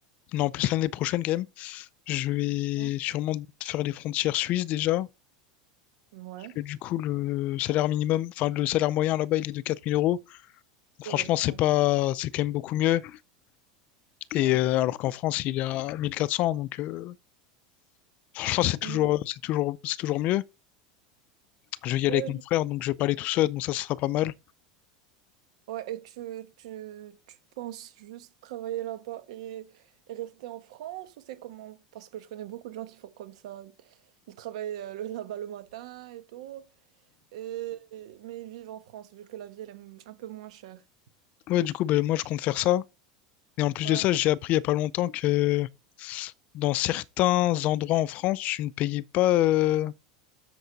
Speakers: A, on the left; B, on the right.
A: non plus l'année prochaine quand même je vais
B: Hein
A: sûrement faire les frontières suisses déjà
B: Ouais,
A: parce que du coup le salaire minimum enfin le salaire moyen là-bas il est de quatre mille euros Donc,
B: c'est
A: franchement
B: vrai,
A: c'est
B: ouais,
A: pas c'est quand même beaucoup mieux et
B: ouais.
A: euh, alors qu'en France il est à mille quatre cents donc euh, franchement c'est toujours
B: Mm.
A: c'est toujours c'est toujours mieux. Je vais y aller
B: Ouais,
A: avec mon
B: je-
A: frère donc je vais pas aller tout seul donc ça ce sera pas mal.
B: ouais, et tu, tu, tu penses juste travailler là-bas et, et rester en France ou c'est comment? Parce que je connais beaucoup de gens qui font comme ça. Ils travaillent euh, le- là-bas le matin et tout, et, et- mais ils vivent en France vu que la vie elle est m- un peu moins chère.
A: Ouais, du coup, ben, moi, je compte faire ça. Et en plus
B: Ouais,
A: de ça, j'ai appris il y a pas longtemps que dans certains endroits en France, tu ne payais pas euh,